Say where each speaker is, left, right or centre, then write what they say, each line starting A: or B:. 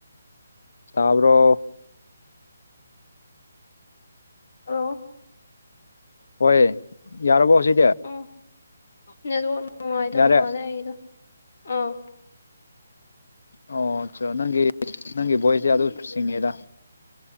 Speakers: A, on the left (about 70°); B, on the left (about 50°).
A: ꯇꯥꯕ꯭ꯔꯣ
B: ꯑꯣ
A: ꯍꯣꯏ ꯌꯥꯔꯕꯣ ꯁꯤ
B: ꯎꯝ ꯅ‌ꯦꯠꯋꯥꯛ‌ ꯅꯨꯡꯉꯥꯏꯇꯕ
A: ꯌꯥꯔꯦ
B: ꯃꯥꯜꯂꯦ ꯑꯩꯒꯤꯗ‌ꯣ ꯑꯥ
A: ꯑꯣ ꯑꯆꯥ ꯅꯪꯒꯤ ꯅꯪꯒꯤ ꯚꯣꯏꯁꯗꯤ ꯑꯗꯨꯝ ꯁꯤꯡꯉꯦꯗ